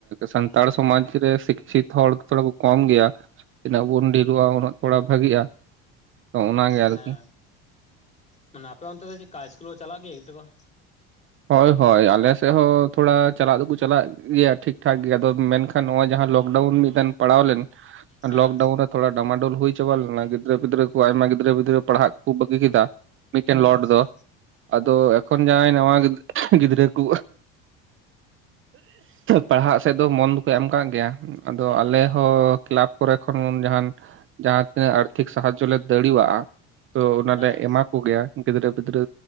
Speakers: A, on the right (about 45°); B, on the left (about 25°).
A: ᱥᱟᱱᱛᱟᱲ ᱥᱚᱢᱟᱡ ᱨᱮ ᱥᱤᱠᱪᱷᱤᱛ ᱦᱚᱲ ᱛᱷᱚᱲᱟ ᱠᱚ ᱠᱚᱢ ᱜᱮᱭᱟ ᱛᱤᱱᱟᱹᱜ ᱵᱚᱱ ᱰᱷᱮᱨᱚᱜᱼᱟ ᱩᱱᱟᱹᱜ ᱛᱷᱚᱲᱟ ᱵᱷᱟᱜᱤᱜᱼᱟ ᱛᱚ ᱚᱱᱟᱜᱮ
B: ᱦᱮᱸ
A: ᱟᱨᱠᱤ
B: ᱢᱟᱱᱮ ᱟᱯᱮ ᱚᱱᱛᱮ ᱫᱚ ᱪᱮᱫ ᱠᱟ ᱤᱥᱠᱩᱞ ᱠᱚ ᱪᱟᱞᱟᱜ ᱜᱮᱭᱟ ᱜᱤᱫᱽᱨᱟᱹ ᱠᱚ
A: ᱦᱳᱭ ᱦᱳᱭ ᱟᱞᱮ ᱥᱮᱫ ᱦᱚᱸ ᱛᱷᱚᱲᱟ ᱪᱟᱞᱟᱜ ᱫᱚᱠᱚ ᱪᱟᱞᱟᱜ ᱜᱮᱭᱟ ᱴᱷᱤᱠ-ᱴᱷᱟᱠ ᱜᱮᱭᱟ ᱟᱫᱚ ᱢᱮᱱᱠᱷᱟᱱ ᱱᱚᱜᱚᱭ ᱡᱟᱦᱟᱸ ᱞᱚᱠᱰᱟᱣᱩᱱ ᱢᱤᱫᱴᱮᱱ ᱯᱟᱲᱟᱣ ᱞᱮᱱ
B: ᱦᱮᱸ
A: ᱞᱚᱠᱰᱟᱣᱩᱱ ᱨᱮ ᱛᱷᱚᱲᱟ ᱰᱟᱢᱟᱰᱳᱚᱞ ᱦᱩᱭ ᱪᱟᱵᱟ ᱞᱮᱱᱟ ᱜᱤᱫᱽᱨᱟᱹ ᱯᱤᱫᱽᱨᱟᱹ ᱠᱚ ᱟᱭᱢᱟ ᱜᱤᱫᱽᱨᱟᱹ ᱯᱤᱫᱽᱨᱟᱹ ᱯᱟᱲᱦᱟᱜ ᱠᱚ ᱵᱟᱹᱜᱤ ᱠᱮᱫᱟ ᱢᱤᱫᱴᱮᱱ ᱞᱚᱴ
B: ᱟᱪᱪᱷᱟ
A: ᱫᱚ ᱟᱫᱚ ᱮᱠᱷᱚᱱ ᱡᱟᱦᱟᱸᱭ ᱱᱟᱣᱟ ᱜᱤᱫᱽᱨᱟᱹ ᱠᱚ ᱯᱟᱲᱦᱟᱜ ᱥᱮᱫ ᱫᱚ ᱢᱚᱱ ᱫᱚᱠᱚ ᱮᱢ ᱠᱟᱜ ᱜᱮᱭᱟ ᱟᱫᱚ ᱟᱞᱮ ᱦᱚᱸ ᱠᱞᱟᱵ ᱠᱚᱨᱮ ᱠᱷᱚᱱ ᱡᱟᱦᱟᱱ ᱡᱟᱦᱟᱸ ᱛᱤᱱᱟᱹᱜ ᱟᱨᱛᱷᱤᱠ ᱥᱟᱦᱟᱡᱡᱚ ᱞᱮ ᱫᱟᱲᱤᱣᱟᱜᱼᱟ ᱛᱚ ᱚᱱᱟᱞᱮ
B: ᱦᱮᱸ
A: ᱮᱢᱟ ᱠᱚᱜᱮᱭᱟ ᱜᱤᱫᱽᱨᱟᱹ ᱯᱤᱫᱽᱨᱟᱹ